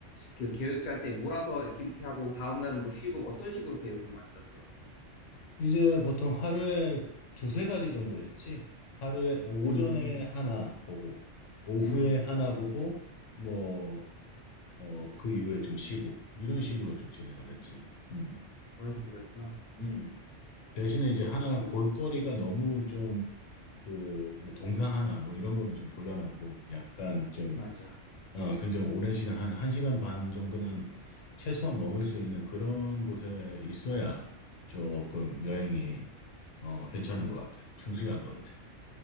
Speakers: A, on the left; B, on the left.
A: 그 계획 짤 때 몰아서 액티비티 하고 다음 날은 뭐 쉬고 뭐 어떤 식으로 계획을 좀 많이 짰어?
B: 이제 보통 하루에 두세 가지 정도 했지? 하루에, 아, 오전에
A: 음,
B: 하나 보고, 오후에
A: 음,
B: 하나 보고, 뭐, 어, 그 이후에 좀 쉬고, 이런 식으로 좀 진행을 했지. 음,
A: 그런 식으로 했구나.
B: 음. 대신에 이제 하나
A: 그럼
B: 볼거리가 너무 좀, 그, 뭐, 동상 하나, 뭐, 이런 거면 좀 곤란하고, 약간 좀,
A: 맞아.
B: 어, 굉장히 오랜 시간, 한, 한 시간 반 정도는 최소한 머물 수 있는 그런 곳에 있어야 조금 여행이, 어, 괜찮은
A: 음.
B: 것 같아. 충실한 것 같아.